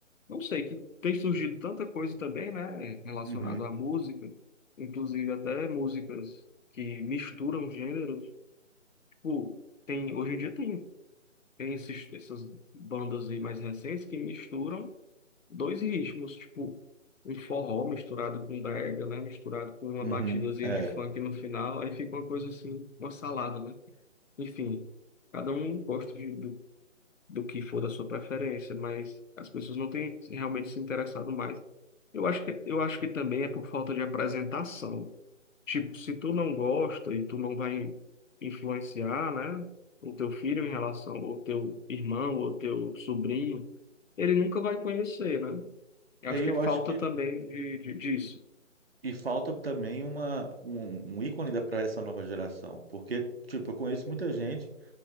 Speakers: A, on the left; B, on the right.
A: Não sei, que tem surgido tanta coisa também, né? Relacionado
B: Uhum,
A: à música, inclusive até músicas que misturam gêneros. Tipo, tem, hoje em dia tem, tem esses, essas bandas aí mais recentes que misturam. dois ritmos, tipo, um forró misturado com brega, né? Misturado com uma
B: uhum,
A: batidazinha
B: é.
A: de funk no final, aí fica uma coisa assim, uma salada, né? Enfim, cada um gosta de- do, do que for da sua preferência, mas as pessoas não têm realmente se interessado mais. Eu acho que, eu acho que também é por falta de apresentação. Tipo, se tu não gosta e tu não vai influenciar, né? O teu filho em relação ao teu irmão ou teu sobrinho, ele nunca vai conhecer, né? Eu
B: Aí
A: acho que
B: eu
A: falta
B: acho que.
A: também de, de- disso.
B: E falta também uma, um, um ícone para essa nova geração. Porque, tipo, eu conheço muita gente